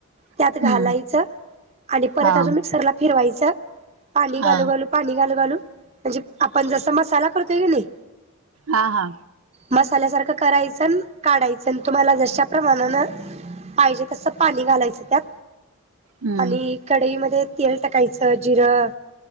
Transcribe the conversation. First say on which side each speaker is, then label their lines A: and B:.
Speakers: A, on the right (about 30°); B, on the right (about 75°).
A: त्यात
B: हम्म
A: घालायचं आणि परत
B: हा
A: अजून मिक्सरला फिरवायचं पाणी
B: हा
A: घालू घालू पाणी घालू घालू म्हणजे आपण जसा मसाला करतोय का नाही
B: हा हा
A: मसाल्यासारखं करायचं न काढायचं न तुम्हाला जर अशा प्रमाणानं, पाहिजे तसं पाणी घालायचं त्यात.
B: हम्म
A: आणि कढईमध्ये तेल टाकायचं. जिरं.